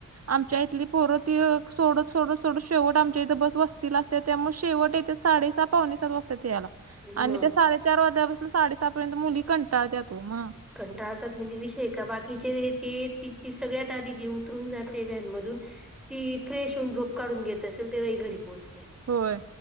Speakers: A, on the right; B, in the centre.
A: आमच्या इथली पोरं ती सोडत सोडत सोडत शेवट आमच्या इथं बस वसतीला असते त्यामुळे शेवट येते साडेसात पावणे सात वाजते त्याला
B: मग
A: आणि त्या साडेचार वाजल्यापासून साडेसहा पर्यंत मुली कंटाळत्या तो म.
B: कंटाळतात म्हणजे विषय का बा तिचे ते तिची सगळ्यात आदी जी उतरून जाते व्हॅन मधून ती फ्रेश होऊन झोप काढून घेत असेल तेव्हा ही घरी पोहोचते.
A: होय